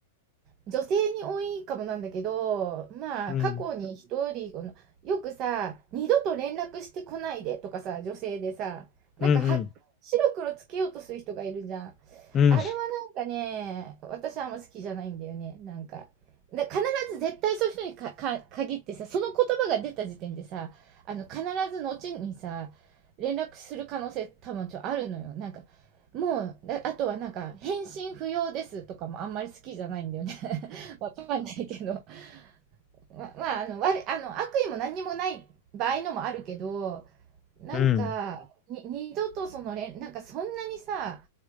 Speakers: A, on the right; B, on the left.
A: 女性に多いかもなんだけど、まあ、
B: うん。
A: 過去に一人この、よくさ、二度と連絡してこないでとかさ、女性でさ、
B: うん
A: なんかは、白黒つけようとする人がいるじゃん。
B: うん。
A: あれはなんかね、
B: うん。
A: 私はあんま好きじゃないんだよね、なんか。で、必ず絶対そういう人にかか限ってさ、その言葉が出た時点でさ、あの、必ず後にさ、連絡する可能性多分ちょあるのよ。なんか、もう、だあとはなんか、返信不要ですとかもあんまり好きじゃないんだよね。わかんないけど <laughs>。ままあ、あの、悪い、あの、悪意も何にもない場合のもあるけど、なんか、
B: うん。
A: に、二度とその連、なんかそんなにさ、